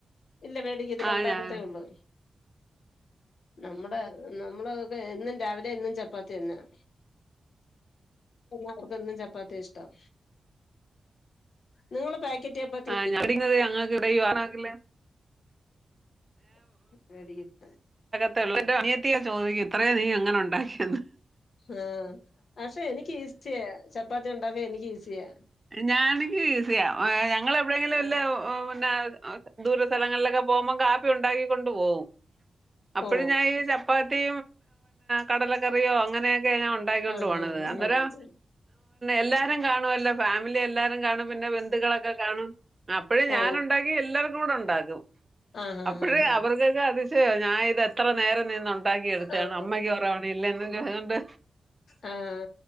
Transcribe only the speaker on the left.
ഇല്ല പേടിക്ക് ഇതില
ഉണ്ടാക്കത്തേ
ഉള്ളൂ
നമ്മുടെ നമ്മളൊക്കെ എന്നും രാവിലെ എന്നും ചപ്പാത്തി എന്നന്നാ അവർക്കൊന്നും ചപ്പാത്തിയ ഇഷ്ടം നിങ്ങള് പാക്കറ്റ് ചപ്പാത്തി
വട
ആഹ പക്ഷെ എനിക്ക് ഈസിയ ചപ്പാത്തി ഉണ്ടാക്കാ എനിക്ക് ഈസിയാ
ആഹ്
ഓ
ആഹ്
ആഹ് ഉണ്ടാക്കും
ഉണ്ടാക്കും
ഓ!
ആഹ്,
ആഹ്, ആഹ്, ആഹ്.
ആഹ്.
ആഹ